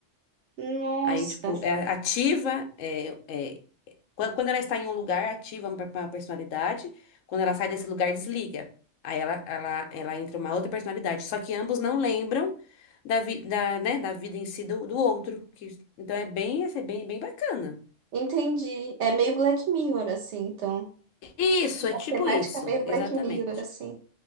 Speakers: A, on the right; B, on the left.
A: Nossa,
B: Aí, tipo, é ativa, é, é Quan- Quando ela está em um lugar, ativa uma per- uma personalidade. Quando ela sai desse lugar, desliga. Aí ela, ela, ela entra uma outra personalidade. Só que ambos não lembram da, vi, da, né, da vida em si do, do outro. Que, então é bem, é bem, bem bacana.
A: entendi. É meio Black Mirror, assim, então.
B: Isso, é
A: A
B: tipo
A: temática
B: isso,
A: é meio Black
B: exatamente.
A: Mirror, assim.